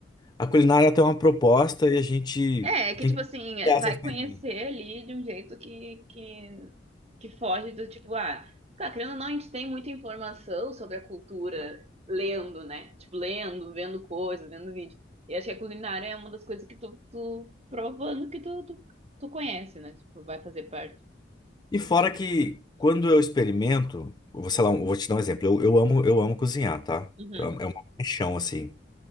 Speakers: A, on the left (about 25°); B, on the right (about 35°).
A: a culinária tem uma proposta e a gente
B: É, é que
A: tem
B: tipo
A: que
B: assim, é,
A: criar
B: vai
A: essa experiência.
B: conhecer ali de um jeito que, que que foge do tipo, ah, tá, querendo ou não, a gente tem muita informação sobre a cultura lendo, né? Tipo, lendo, vendo coisas, vendo vídeo. E acho que a culinária é uma das coisas que tu, tu provando que tu, tu, tu conhece, né? Tipo, vai fazer parte.
A: E fora que quando eu experimento, eu vou, sei lá, eu vou te dar um exemplo. Eu, eu amo, eu amo cozinhar, tá?
B: Uhum.
A: Então é uma paixão assim.